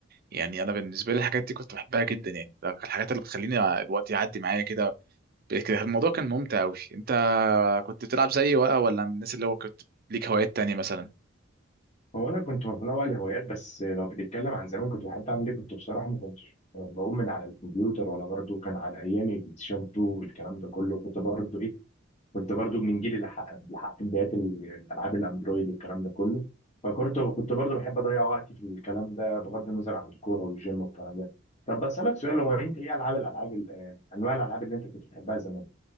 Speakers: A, on the right; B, on the left.
A: يعني انا بالنسبه لي الحاجات دي كنت بحبها جدا يعني ده كان الحاجات اللي بتخليني الوقت يعدي معايا كده كده الموضوع كان ممتع قوي انت كنت بتلعب زيي ولا ولا من الناس اللي هو كنت ليك هوايات تانية مثلا
B: هو انا كنت متنوع الهوايات بس لو بتتكلم عن زمان كنت بحب اعمل ايه كنت بصراحه ما كنتش بقوم من على الكمبيوتر ولا برضه كان على ايامي بلاي ستيشن 2 والكلام ده كله كنت برضه ايه كنت برضه من جيل اللي حقق- اللي حققت بدايات ال- الالعاب الاندرويد والكلام ده كله فكنت كنت برضه بحب اضيع وقتي في الكلام ده بغض النظر عن الكوره والجيم والكلام ده طب بسالك سؤال هو انت ايه العاب الالعاب ال- آه، انواع الالعاب اللي انت كنت بتحبها زمان